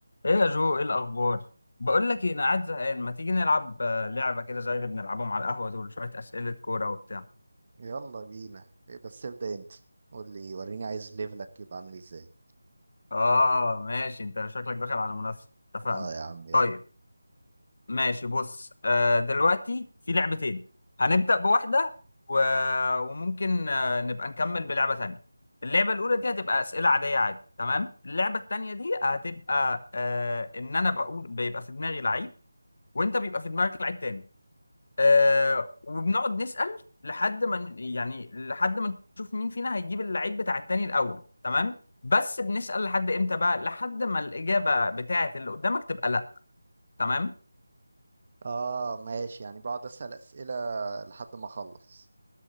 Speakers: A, on the left (about 55°); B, on the right (about 40°).
A: ايه يا جو ايه الاخبار بقول لك ايه انا قاعد زهقان ما تيجي نلعب آه، لعبه كده زي اللي بنلعبهم على القهوه دول شويه اسئله كوره وبتاع
B: يلا بينا إيه بس ابدأ انت قول لي وريني عايز ليفلك يبقى عامل ازاي
A: اه ماشي انت شكلك داخل على منافسه اتفقنا
B: اه يا عم يلا
A: طيب ماشي بص آه دلوقتي في لعبتين هنبدا بواحده و... وممكن آه نبقى نكمل بلعبه تانية اللعبه الاولى دي هتبقى اسئله عاديه عادي تمام اللعبه التانية دي هتبقى آه ان انا بقول بيبقى في دماغي لعيب وانت بيبقى في دماغك لعيب تاني آه وبنقعد نسأل لحد ما ن- يعني لحد ما نشوف مين فينا هيجيب اللعيب بتاع التاني الأول تمام بس بنسأل لحد امتى بقى لحد ما الإجابة بتاعة اللي قدامك تبقى لا تمام
B: اه ماشي يعني بقعد اسأل اسئلة لحد ما اخلص